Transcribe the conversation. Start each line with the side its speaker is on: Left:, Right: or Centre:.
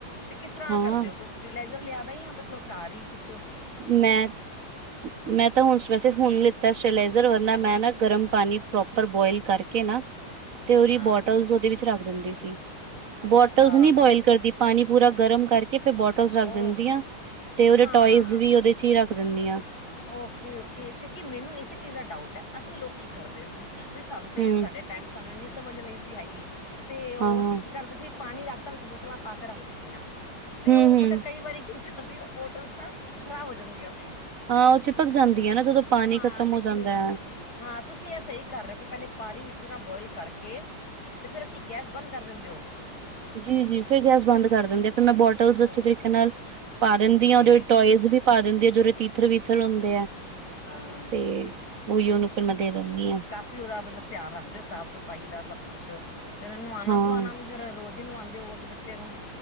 Left: ਤੇ ਕਿਸ ਤਰ੍ਹਾਂ
Right: ਹਮ
Left: ਕਰਦੇ
Right: ਹਾਂ
Left: ਓ ਕੁਛ ਸਟੀਲਾਈਜ਼ਰ ਲਿਆਂਦਾ ਜਾਂ ਮਤਲਬ ਘਰ ਹੀ ਕੁੱਛ
Right: ਮੈਂ ਮੈਂ ਤਾਂ ਹੁਣ ਵੈਸੇ ਹੁਣ ਲਿੱਤਾ ਸਟਲਾਈਜ਼ਰ ਕਰਨਾ ਮੈਂ ਨਾ ਗਰਮ ਪਾਣੀ ਪ੍ਰੋਪਰ ਬੋਇਲ ਕਰਕੇ ਨਾ। ਤੇ ਉਹਦੀ
Left: ਹਾਂ
Right: ਬੋਟਲਸ ਉਹਦੇ ਵਿੱਚ ਰੱਖ ਦਿੰਦੀ ਸੀ
Left: ਅੱਛਾ
Right: ਬੋਟਲਸ ਨੀ ਬੋਇਲ ਕਰਦੀ। ਪਾਣੀ ਪੂਰਾ ਗਰਮ ਕਰਕੇ ਫਿਰ ਬੋਟਲਸ ਰੱਖ
Left: ਉਹ
Right: ਦਿੰਦੀ ਆਂ ਤੇ ਉਹਦੇ
Left: ਹਾਂ
Right: ਟੋਇਜ਼। ਵਿੱਚ ਹੀ ਰੱਖ ਦਿੰਦੀ ਆ।
Left: ਓਕੇ ਓਕੇ ਕਿਉਂਕਿ ਮੈਨੂੰ ਇਸੇ ਚੀਜ਼ ਦਾ ਡਾਊਟ ਐ। ਅਸੀਂ ਲੋਕ ਕੀ ਕਰਦੇ ਸੀ ਵੀ ਸਾਨੂੰ ਤੇ
Right: ਹੂੰ
Left: ਸਾਡੇ। ਟਾਈਮ ਸਾਨੂੰ ਇੰਨੀ ਸਮਝ ਨਹੀਂ ਸੀ ਹੈਗੀ ਤੇ ਓ
Right: ਹਾਂ
Left: ਅਸੀਂ
Right: ਹਾਂ
Left: ਕੀ ਕਰਦੇ ਸੀ। ਪਾਣੀ ਰੱਖਤਾ ਵਿੱਚ ਬੋਤਲਾਂ ਪਾ ਕੇ ਰੱਖ ਦਿੱਤੀਆਂ ਤੇ
Right: ਹੂੰ
Left: ਉਹ
Right: ਹੂੰ
Left: ਪਤਾ ਕਈ ਵਾਰੀ ਕੀ ਹੁੰਦਾ। ਅਸੀਂ ਉਹ ਬੋਟਲਸ ਨਾ ਖ਼ਰਾਬ ਹੋ ਜਾਂਦੀਆਂ ਸੀ।
Right: ਹਾਂ ਓ ਚਿਪਕ ਜਾਂਦੀ
Left: ਤੇ
Right: ਆ ਨਾ ਜਦੋਂ ਪਾਣੀ
Left: ਹਾਂ
Right: ਖ਼ਤਮ
Left: ਲੇਕਿਨ
Right: ਹੋ ਜਾਂਦਾ।
Left: ਹਾਂ, ਤੁਸੀਂ ਇਹ ਸਹੀ ਕਰ ਰਹੇ ਓ ਕਿ ਪਹਿਲੇ ਪਾਣੀ ਨੂੰ ਚੰਗੀ ਤਰ੍ਹਾਂ ਬੋਇਲ ਕਰਕੇ। ਤੇ ਫੇਰ ਕੀ ਗੈਸ ਬੰਦ ਕਰ ਦਿੰਦੇ ਓ।
Right: ਜੀ-ਜੀ ਫੇਰ ਗੈਸ ਬੰਦ ਕਰ ਦਿੰਦੇ ਆ ਫੇਰ ਮੈਂ ਬੋਟਲ
Left: ਹਾਂ
Right: ਅੱਛੇ ਤਰੀਕੇ ਨਾਲ ਪਾ ਦਿੰਦੀ
Left: ਓਕੇ
Right: ਹਾਂ ਓਦੇ ਵਿੱਚ ਟੋਇਜ਼ ਵੀ। ਪਾ ਦਿੰਦੀ ਆ ਜਿਹੜੇ ਤੀਥਰ-ਵੀਥਰ ਹੁੰਦੇ ਆ।
Left: ਹਾਂ
Right: ਤੇ ਓਇਓ ਉਨੂੰ ਫਿਰ ਮੈਂ ਦੇ ਦੇਨੀ ਆ।
Left: ਤੁਸੀਂ ਓਦਾ ਮਤਲਬ ਧਿਆਨ ਰੱਖਦੇ ਹੋ ਸਾਫ਼ ਸਫ਼ਾਈ ਦਾ ਸਭ ਕੁੱਛ ਫੇਰ ਨਵਾਣਾ-ਤੁਵਾਣਾ
Right: ਹਾਂ
Left: ਵੀ। ਫੇਰ ਰੋਜ਼ ਈ ਨਵਾਓਦੇ ਹੋਵੋਗੇ ਬੱਚੇ ਨੂੰ।